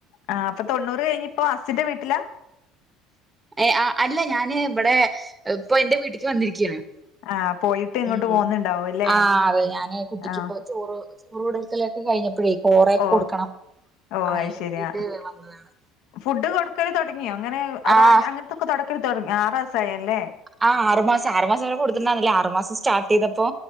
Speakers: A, on the left; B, on the right.
A: ആ ഇപ്പൊ തൊണ്ണൂറ് കഴിഞ് ഇപ്പോ ഹസ്സിന്റെ വീട്ടിലാ
B: എ അ അല്ല ഞാന് ഇവടെ ഇപ്പൊ ഇന്റെ വീട്ട്ക്ക് വന്നിരിക്കയാണ്
A: ആഹ് പോയിട്ട് ഇങ്ങോട്ട്
B: ഉം
A: പോന്നുണ്ടാവും അല്ലേ
B: ആ അതെ ഞാന് കുട്ടിക്ക്പ്പോ
A: ആഹ്
B: ചോറ് ചോറ് കൊടുക്കലൊക്കെ കഴിഞ്ഞ പ്പയെ കോറേ
A: ഓഹ്
B: കൊടുക്കണം
A: ഓഹ്
B: അയിന്
A: അത് ശരി
B: വേണ്ടിട്ട്
A: ആഹ്
B: വന്നതാണ്
A: ഫുഡ് കൊടുക്കല് തൊടങ്ങിയോ അങ്ങനെ
B: ആഹ്
A: റാ അങ്ങൻത്തൊക്കെ തുടക്ക തുട ആറാസായല്ലേ
B: ആ ആറ് മാസം ആറ് മാസം വരെ കൊടു <unintelligible> ആറ് മാസം സ്റ്റാർട്ട് ചെയ്തപ്പോ